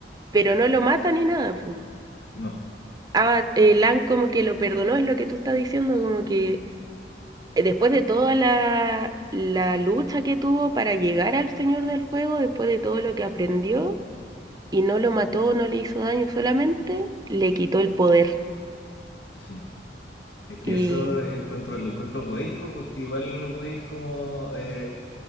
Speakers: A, on the right; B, on the left.
A: Pero no lo mata ni nada, pues.
B: No,
A: Ava- eh, Aang como que lo perdonó, es lo que tú estás diciendo, como que eh, después de toda la, la lucha que tuvo para llegar al Señor del Fuego, después de todo lo que aprendió, y no lo mató, no le hizo daño, solamente le quitó el poder.
B: sí. Es que
A: Y
B: eso encuentro, lo encuentro poético porque igual lo podéis como eh,